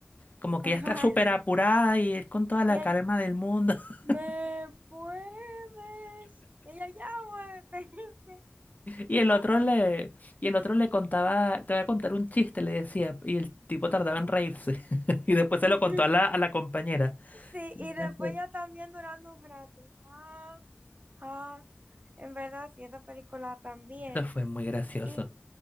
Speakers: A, on the left; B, on the right.
A: Como que
B: <laughs> Ajá,
A: ella está súper
B: sí.
A: apurada y él con toda la
B: Y él,
A: calma del mundo.
B: ¿me
A: <laughs>
B: puedes? Y ella, ya, muévete". <laughs>
A: Y el otro
B: O tam-
A: le, y el otro le contaba, te voy a contar un chiste, le decía, y el tipo tardaba en reírse. <laughs> Y después se lo
B: <laughs>
A: contó a la, a la compañera.
B: Sí,
A: Qué
B: y después
A: gracioso.
B: ya también durando un rato. Ah, ah. En verdad, sí, esa película también.
A: Eso fue muy gracioso.
B: Y,